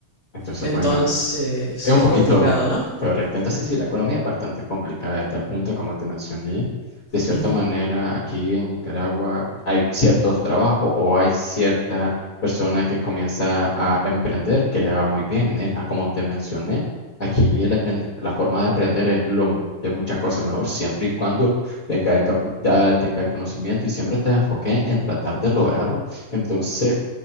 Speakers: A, on the left; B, on the right.
A: entonces,
B: Entonces,
A: bueno. Es un
B: es
A: poquito
B: complicado, no
A: correcto. Entonces,
B: Ujú,
A: sí, la economía es bastante complicada de tal punto, como te mencioné. De cierta
B: ujú.
A: manera, aquí en Nicaragua hay ciertos trabajos o hay cierta persona que comienza a emprender que le va muy bien. ¿eh? Ah, Como te mencioné, aquí el aprendi- la forma de aprender es lo de muchas cosas mejor, siempre y cuando tenga el capital, tenga el conocimiento y siempre te enfoque en tratar de lograrlo. Entonces,